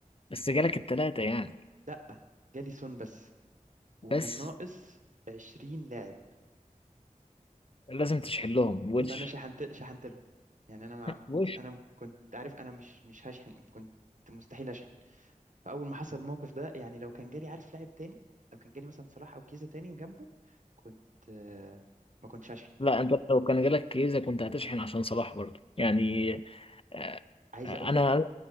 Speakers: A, on the left; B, on the right.
A: بس جالك التلاتة يعني
B: لا جالي سون بس وكان
A: بس
B: ناقص 20 لاعب
A: لازم تشحن لهم وش
B: فانا شحنت شحنت لهم يعني انا ما
A: <laughs>
B: ما كنت
A: وش
B: انا ما كنت عارف انا مش مش هشحن كنت مستحيل اشحن فاول ما حصل الموقف ده يعني لو كان جالي عارف لاعب تاني لو كان جالي مثلا صلاح او كيزا تاني جنبه كنت آه، ما كنتش هشحن
A: لا انت لو كان جالك كيزة كنت هتشحن عشان صلاح برضه يعني آه،
B: عايز
A: آه،
B: اقول
A: انا
B: لك